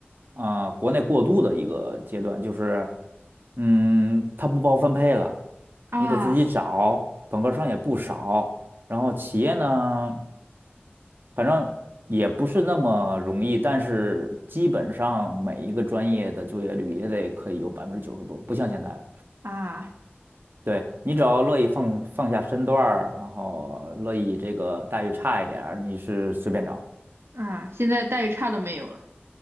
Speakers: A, on the right (about 55°); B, on the right (about 80°).
A: 呃，国内过渡的一个阶段，就是，嗯，它不包分配了，
B: 啊。
A: 你得自己找，本科生也不少，然后企业呢，反正也不是那么容易，但是基本上每一个专业的就业率也得可以有百分之九十多，不像现在了。
B: 啊
A: 对，你只要乐意放放下身段儿，然后乐意这个待遇差一点儿，你是随便找。
B: 啊！现在待遇差都没有了，